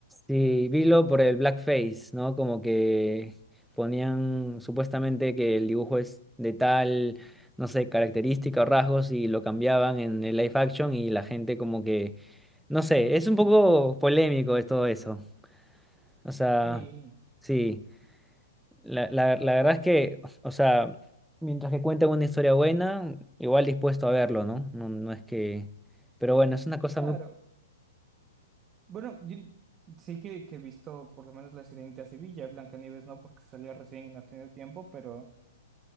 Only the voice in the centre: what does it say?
Sí, vilo por el blackface, ¿no? Como que ponían supuestamente que el dibujo es de tal, no sé, característica o rasgos y lo cambiaban en el live action y la gente como que, no sé, es un poco polémico es todo eso. O sea,
sí, la, la, la verdad es que, o sea, mientras que cuentan una historia buena, igual dispuesto a verlo, ¿no? No, no es que, pero bueno, es una cosa
muy...